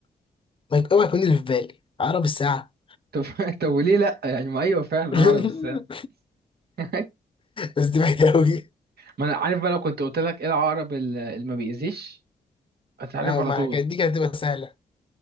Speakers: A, on the left (about 30°); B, on the right (about 75°).
A: ما يبقى ما يكون اللي في بالي عقرب الساعة
B: طب <laughs> طب وليه لا يعني ما ايوه فعلا
A: <laughs>
B: هعرف ازاي <laughs>
A: بس دي بعيدة أوي
B: ما انا عارف بقى لو كنت قلت لك ايه العقرب ال- اللي ما بيأذيش هتعرف
A: اه
B: على
A: ما
B: طول
A: كانت دي كانت هتبقى سهلة